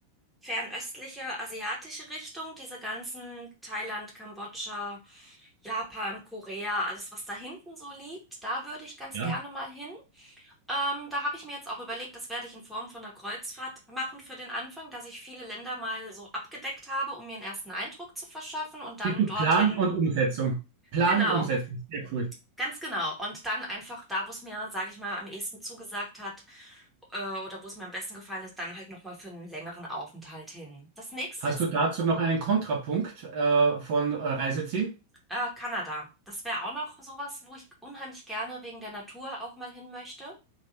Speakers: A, in the centre; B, on the right (about 45°).
A: fernöstliche asiatische Richtung, diese ganzen Thailand, Kambodscha. Japan, Korea, alles, was da hinten so liegt, da würde ich ganz
B: Ja,
A: gerne mal hin. Ähm, da habe ich mir jetzt auch überlegt, das werde ich in Form von einer Kreuzfahrt machen für den Anfang, dass ich viele Länder mal so abgedeckt habe, um mir einen ersten Eindruck zu verschaffen und dann
B: Siehst du
A: dorthin.
B: Plan und Umsetzung? Plan
A: Genau,
B: und Umsetzung, sehr cool.
A: ganz genau. Und dann einfach da, wo es mir, sage ich mal, am ehesten zugesagt hat, äh, oder wo es mir am besten gefallen ist, dann halt nochmal für einen längeren Aufenthalt hin. Das nächste
B: Hast
A: ist
B: du dazu noch einen Kontrapunkt äh, von äh, Reiseziel?
A: äh, Kanada. Das wäre auch noch sowas, wo ich unheimlich gerne wegen der Natur auch mal hin möchte.